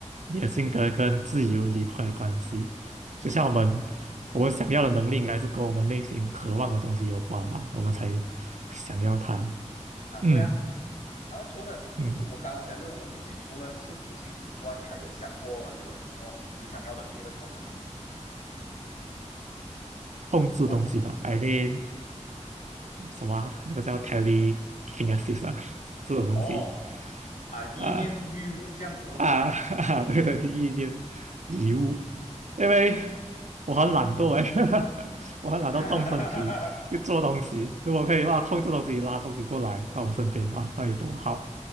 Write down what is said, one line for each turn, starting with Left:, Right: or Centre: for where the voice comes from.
Right: 你的性格跟自由离不开关系。就像我们，我们想要的能力应该是跟我们内心渴望的东西有关吧，我们才想要它。
Left: 啊，
Right: 嗯
Left: 对啊。然后除了就是我刚刚想这种问题，
Right: 嗯，
Left: 你除了是读心术之外，你还有想过有什么你想要的别的超能力吗？
Right: 控制东西吧，I
Left: 有吗？
Right: mean 什么啊那个叫 telekinesis 啊，<laughs> 这种东西
Left: 哦啊，意念欲物这样子的东西，
Right: 啊。啊 <laughs> 啊，对对，意念遗物，因为
Left: 嗯，
Right: 我很懒惰哎，<laughs> 我很懒惰动身体去做东西。
Left: <laughs>
Right: 如果可以的话，控制东西拉东西过来到我身边啊，那有多好！